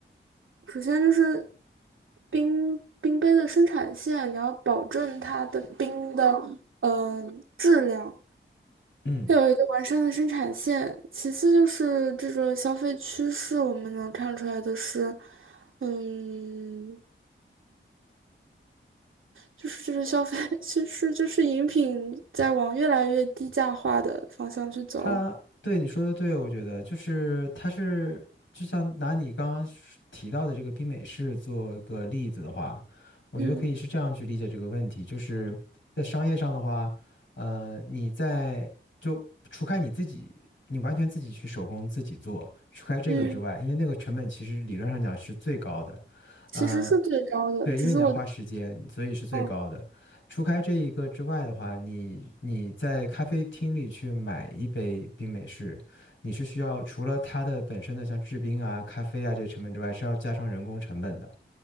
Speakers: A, on the right; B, on the left.
A: 首先就是冰冰杯的生产线，你要保证它的冰的嗯、呃质量，
B: 嗯，
A: 要有一个完善的生产线。其次就是这个消费趋势，我们能看出来的是，嗯。就是这个消费，<laughs> 其实就是饮品在往越来越低价化的方向去走。
B: 他对你说的对，我觉得就是他是就像拿你刚刚说提到的这个冰美式做一个例子的话，我觉得可以是这样去理解这个问题，
A: 嗯
B: 就是在商业上的话，呃，你在就除开你自己，你完全自己去手工自己做，除开这个之外，
A: 嗯，
B: 因为那个成本其实理论上讲是最高的。
A: 其实是最高的，
B: 呃，对，
A: 只是我
B: 因为你要花时间，所以是最高的。
A: 嗯
B: 除开这一个之外的话，你你在咖啡厅里去买一杯冰美式，你是需要除了它的本身的像制冰啊、咖啡啊这些成本之外，是要加上人工成本的。